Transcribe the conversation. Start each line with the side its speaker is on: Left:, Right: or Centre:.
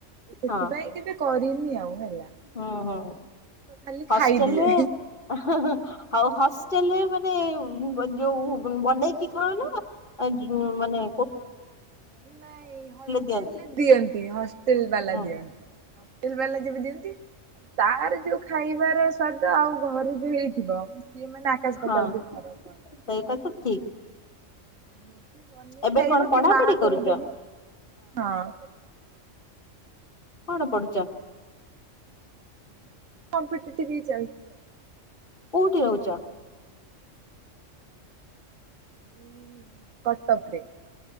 Right: ସେଥିପାଇଁ
Left: ହଁ
Right: କେବେ କରିନି ଆଉ ହେଲା।
Left: ହୁଁ ହୁଁ
Right: ତ ଖାଲି
Left: ହଷ୍ଟେଲରେ
Right: ଖାଇଦିଏ।
Left: ହା ହା ହା ଆଉ ହଷ୍ଟେଲରେ ମାନେ ଯୋଉ ବନେଇକି କଣ ନା ଆ ଯୋଉ ମନେ
Right: ନାଇଁ ହଷ୍ଟେଲରେ
Left: ଦିଅନ୍ତି।
Right: ଦିଅନ୍ତି, ହଷ୍ଟେଲ ବାଲା
Left: ହଁ
Right: ଦିଅନ୍ତି। ହଷ୍ଟେଲ ଵାଲା ଯେବେ ଦିଅନ୍ତି ତାର ଯୋଉ ଖାଇବାର ସ୍ଵାଦ ଆଉ ଘରେ ଯୋଉ ହେଇଥିବ ସିଏ ମାନେ ଆକାଶ
Left: ହଁ
Right: ପାତାଳ ଯୋଉ ଫରକ,
Left: ସେଇଟା ତ ଠିକ
Right: ନିଜେ ବନେଇକି
Left: ଏବେ
Right: କି
Left: କଣ ପଢାପଢି
Right: ମା କରିଦେବେ,
Left: କରୁଛ
Right: ହଁ
Left: କଣ ପଢୁଛ?
Right: କମ୍ପିଟେଟିଭ ହିଁ ଚାଲିଛି ଆଉ।
Left: କୋଉଠି ରହୁଛ।
Right: ହୁଁ କଟକରେ।